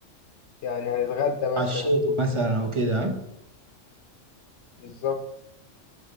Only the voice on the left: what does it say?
يعني هنتغدى مثلا
بالظبط